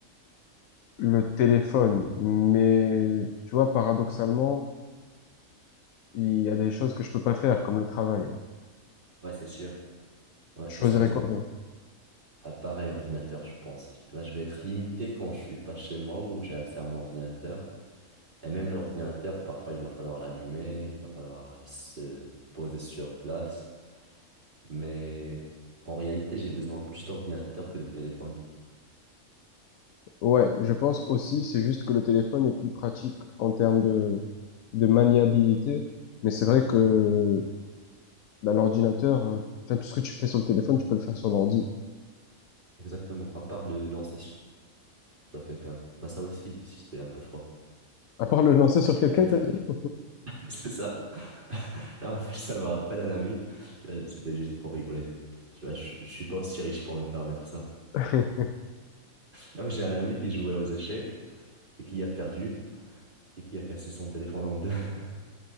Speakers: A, on the left; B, on the right.
A: le téléphone. Mais, tu vois, paradoxalement, il y a des choses que je peux pas faire, comme le travail. ouais.
B: Ouais, c'est sûr. Ouais,
A: Tu
B: c'est
A: choisirais
B: ça, exact.
A: quoi, toi?
B: Appareil, ordinateur, je pense. Tu vois, je vais être limité quand je suis pas chez moi ou j'ai accès à mon ordinateur. Et même l'ordinateur, parfois, il va falloir l'allumer, il va falloir euh, se poser sur place. Mais en réalité, j'ai besoin plus d'ordinateur que de téléphone.
A: Ouais, je pense aussi, c'est juste que le téléphone est plus pratique en termes de, de maniabilité. Mais c'est vrai que
B: Ouais,
A: Bah, l'ordinateur, euh, enfin, tout ce que tu fais sur le téléphone, tu peux le faire sur l'ordi.
B: Exactement. À part le lancer sur quelqu'un. Bah ça aussi, si j'étais un peu fort.
A: À part le lancer sur quelqu'un,
B: Et puis,
A: t'as dit?
B: <laughs> c'est ça. Non, en fait, ça me rappelle un ami. Tu vois, c'était juste pour rigoler. Tu vois, je, je suis pas aussi riche pour me permettre ça.
A: <laughs>
B: Non, mais j'ai un ami qui jouait aux échecs et qui a perdu et qui a cassé son téléphone en deux. <laughs>